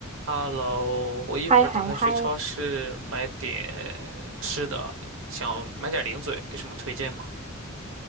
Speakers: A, on the right; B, on the right.
A: Hello，我一会儿打算去超市买点吃的，
B: 嗨嗨嗨！
A: 想买点零嘴，有什么推荐吗？